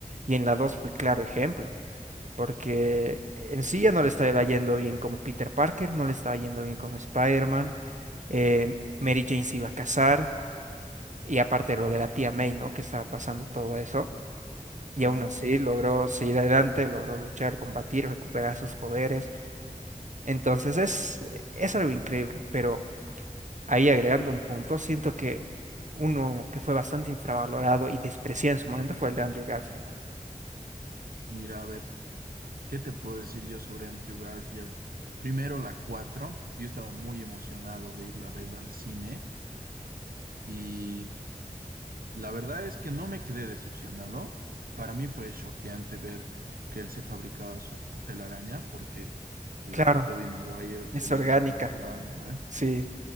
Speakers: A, on the right; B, on the right.
A: Y en la 2 fue claro ejemplo. porque en
B: Hola,
A: sí ya no
B: no.
A: le estaba yendo bien como Peter Parker, no le estaba yendo bien como Spider-Man, eh, Mary Jane se iba a casar, y aparte lo de la tía May, ¿no? Que estaba pasando todo eso,
B: Claro,
A: y aún así logró seguir adelante, logró luchar, combatir, recuperar sus poderes, entonces es, es algo increíble, pero ahí agregando un punto, siento que uno que fue bastante infravalorado y despreciado en su momento fue el de Andrew Garfield.
B: mira, a ver, ¿qué te puedo decir yo sobre Andrew Garfield? Primero, la 4 yo estaba muy emocionado de irla a verla al cine y La verdad es que no me quedé decepcionado. Para mí fue choqueante ver que él se fabricaba su telaraña, porque la
A: Claro,
B: de Tobey Maguire,
A: es
B: él
A: orgánica,
B: era natural, ¿no? eh?
A: sí,